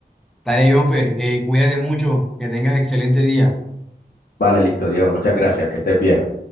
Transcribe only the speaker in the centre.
Dale, Jonfer, eh, cuídate mucho, que tengas excelente día.